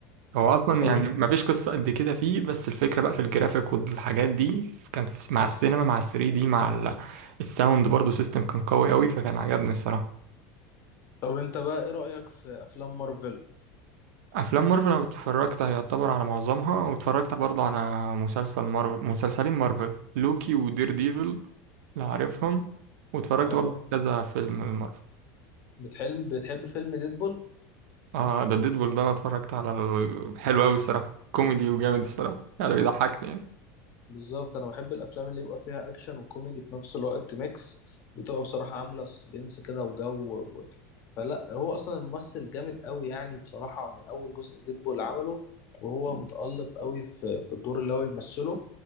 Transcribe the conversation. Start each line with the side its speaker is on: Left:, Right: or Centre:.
Right: هو أصلا
Left: طب
Right: يعني
Left: أنت
Right: مفيش قصة قد كده فيه بس الفكرة بقى في الجرافيك والحاجات دي كان في- مع السينما مع 3 دي مع ال- الساوند برضو سيستم كان قوي أوي فكان عجبني الصراحة
Left: طب أنت بقى إيه رأيك في أفلام مارفل؟
Right: أفلام مارفل أنا اتفرجت يعتبر على معظمها واتفرجت برضو على مسلسل مارفل مسلسلين مارفل لوكي ودير ديفل لو عارفهم واتفرجت
Left: آه
Right: برضو على كذا فيلم مارفل
Left: بتحلم بتحب فيلم ديدبول؟
Right: اه ده ديدبول ده أنا اتفرجت على ال... حلو أوي الصراحة كوميدي وجامد الصراحة يعني بيضحكني يعني
Left: بالظبط انا بحب الافلام اللي يبقى فيها اكشن وكوميدي في نفس الوقت ميكس بتبقى بصراحه عامله سسبنس كده وجو و... فلا هو اصلا الممثل جامد قوي يعني بصراحه من اول جزء ديدبول عمله وهو متالق قوي في في الدور اللي هو بيمثله